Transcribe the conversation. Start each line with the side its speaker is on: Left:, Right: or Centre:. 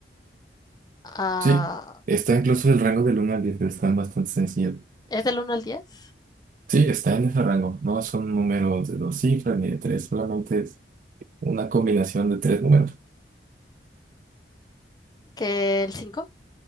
Left: Ah,
Right: Sí, está incluso el rango del uno al 10, pero están bastante sencillos.
Left: ¿es del uno al diez,
Right: Sí, está en ese rango. No son números de dos cifras ni de tres, solamente es una combinación de tres números.
Left: ¿Que el cinco,